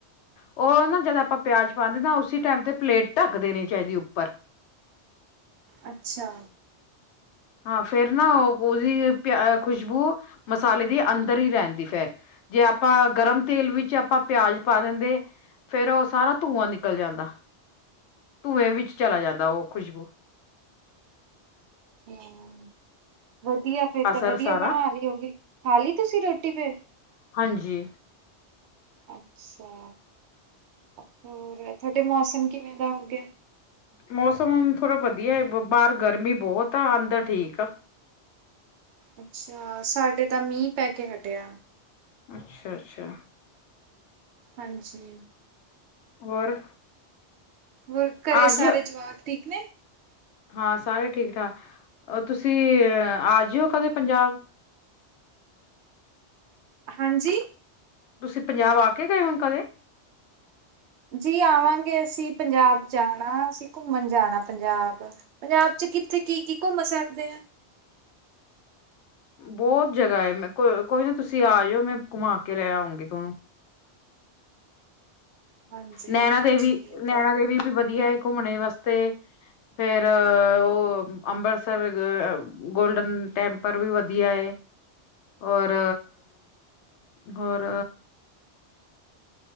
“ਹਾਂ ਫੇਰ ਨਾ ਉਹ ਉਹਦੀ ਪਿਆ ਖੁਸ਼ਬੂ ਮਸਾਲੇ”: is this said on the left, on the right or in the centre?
Left